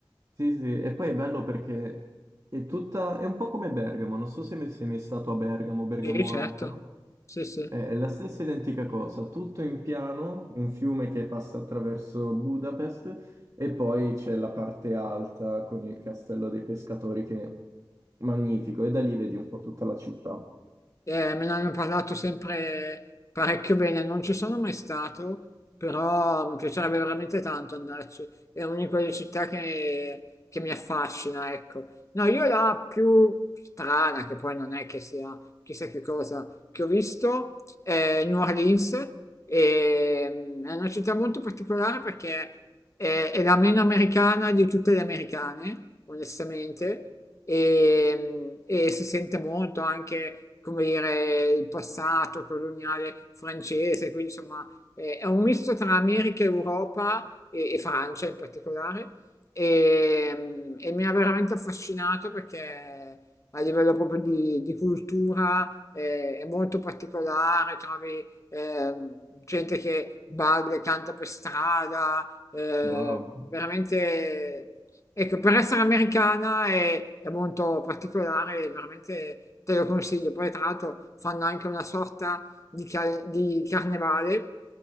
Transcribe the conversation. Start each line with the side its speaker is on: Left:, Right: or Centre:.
Right: Sì, sì, e poi è bello perché è tutta, è un po' come Bergamo, non so se mai- sei mai stato a Bergamo, Bergamo
Left: Sì, certo.
Right: Alta.
Left: Sì, sì.
Right: È la stessa identica cosa, tutto in piano, un fiume che passa attraverso Budapest e poi c'è la parte alta con il castello dei pescatori che è magnifico e da lì vedi un po' tutta la città.
Left: Eh, me ne hanno parlato sempre parecchio bene, non ci sono mai stato, però mi piacerebbe veramente tanto andarci. È una di quelle città che, che mi affascina, ecco. No, io la più strana, che poi non è che sia chissà che cosa, che ho visto è New Orleans, e, mm, è una città molto particolare perché è, è la meno americana di tutte le americane, onestamente, e, e si sente molto anche, come dire, il passato coloniale francese, quindi insomma eh, è un misto tra America e Europa e, e Francia in particolare e, e mi ha veramente affascinato perché a livello proprio di, di cultura eh, è molto particolare, trovi ehm, gente che balla e canta per strada, eh,
Right: Wow.
Left: veramente Ecco, per essere americana è, è molto particolare, veramente te lo consiglio. Poi, tra l'altro, fanno anche una sorta di, car- di carnevale